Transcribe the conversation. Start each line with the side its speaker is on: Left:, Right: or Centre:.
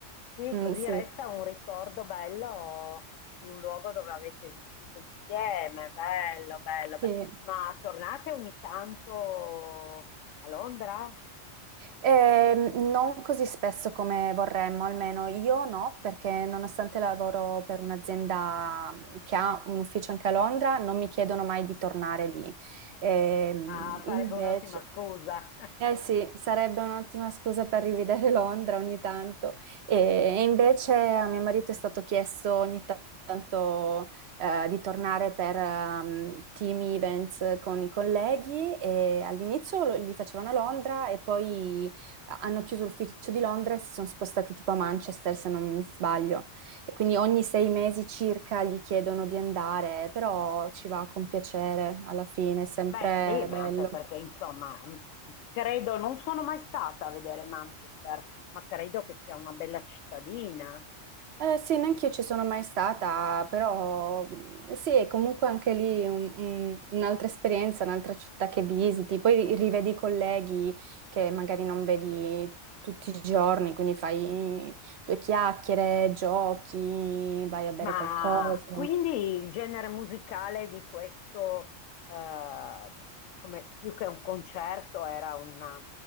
Left: Sì,
Right: Mm,
Left: così
Right: sì,
Left: resta un ricordo bello di un luogo dove avete vissuto insieme, bello, bello, bello.
Right: sì.
Left: Ma tornate ogni tanto a Londra?
Right: Ehm, non così spesso come vorremmo, almeno io no, perché nonostante lavoro per un'azienda mhmm, che ha un ufficio anche a Londra, non mi chiedono mai di tornare lì. Ehm,
Left: Ah, sarebbe
Right: invece.
Left: un'ottima scusa. <laughs>
Right: Eh sì, sarebbe un'ottima scusa per rivedere <laughs> Londra ogni tanto. E, e invece a mio marito è stato chiesto ogni ta- tanto eh, di tornare per ehm, team events con i colleghi e all'inizio lo- li facevano a Londra e poi eh, hanno chiuso l'ufficio di Londra e si sono spostati tipo a Manchester, se non sbaglio. E quindi ogni sei mesi circa gli chiedono di andare, però ci va con piacere alla fine, è sempre
Left: Beh, sì, ma
Right: bello.
Left: anche perché, insomma, mh, credo, non sono mai stata a vedere Manchester, ma credo che sia una bella cittadina.
Right: Eh, sì, neanche io ci sono mai stata, però mh, sì, è comunque anche lì un- un- un'altra esperienza, un'altra città che visiti, poi ri- rivedi i colleghi che magari non vedi tutti i giorni, quindi fai due chiacchiere, giochi, vai a bere
Left: Ma
Right: qualcosa,
Left: quindi il genere musicale di questo, eh, come, più che un concerto, era una,